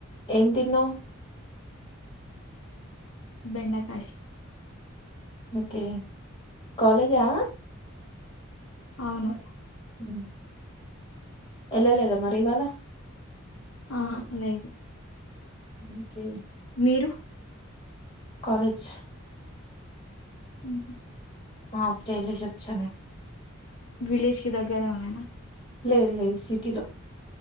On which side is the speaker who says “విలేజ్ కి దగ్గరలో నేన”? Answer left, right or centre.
Left